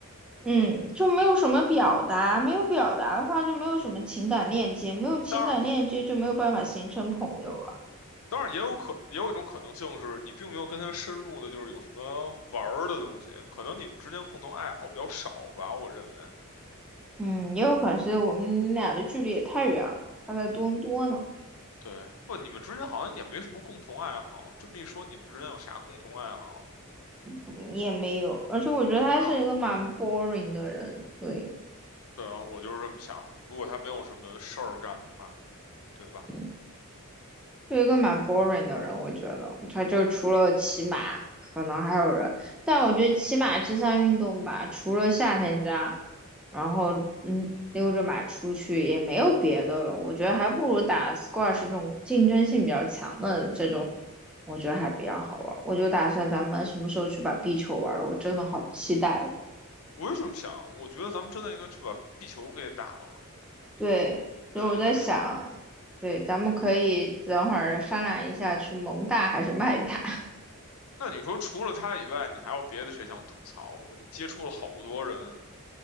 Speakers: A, in the centre; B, on the left (about 75°).
A: 嗯，就没有什么表达，
B: 嗯，
A: 没有表达的话就没有什么情感链接，没有情感链接就没有办法形成朋友了。
B: 当然，当然也有可也有一种可能性是你并没有跟他深入的，就是有什么玩儿的东西，可能你们之间共同爱好比较少吧，我认为。
A: 嗯，也有可能是我们俩的距离也太远了，他在多伦多呢，
B: 对，不，你们之间好像也没什么共同爱好。这么一说，你们之间有啥共同爱好？
A: 嗯也没有，而且我觉得他是一个蛮
B: 没有。
A: boring 的人，对，
B: 对啊，我就是这么想。如果他没有什么事儿干的话，对吧？
A: 嗯就一个蛮 boring 的人，我觉得他就除了骑马，可能还有人，但我觉得骑马这项运动吧，除了夏天家，然后嗯溜着马出去也没有别的了，我觉得还不如打 squash 这种竞争性比较强的这种，我觉得还比较好玩。我就打算咱们什么时候去把壁球玩了，我真的好期待哦。
B: 我是这么想，我觉得咱们真的应该去把壁球给打了。
A: 对，所以我在想，
B: 对，但是
A: 对，咱们可以等会儿商量一下去蒙大还是麦大。
B: 那你说除了他以外，你还有别的谁想吐槽的吗？你接触了好多人，